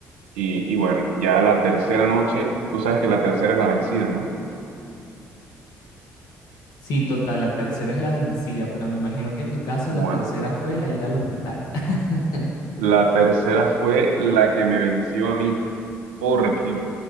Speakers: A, on the right (about 90°); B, on the left (about 75°).
A: y, y bueno, ya la tercera noche, tú sabes que la tercera es la vencida, ¿no?
B: Sí, total, la tercera es la vencida, pero me imagino que en tu caso
A: Bueno,
B: la tercera fue la ida al hospital. <laughs>
A: La tercera fue la que me venció a mí, porque,